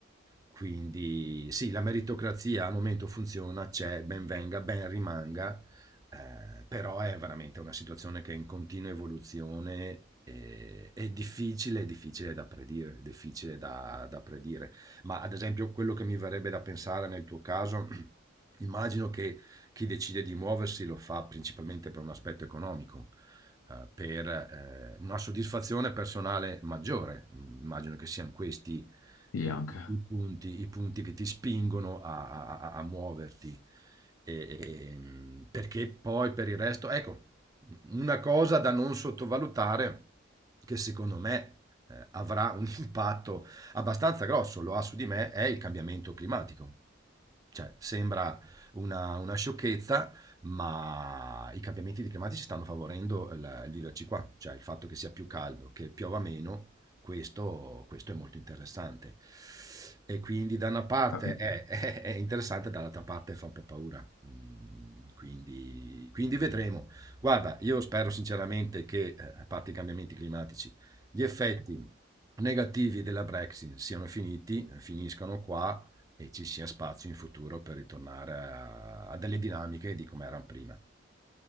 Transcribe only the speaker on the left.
Sì,
anche.
Capito.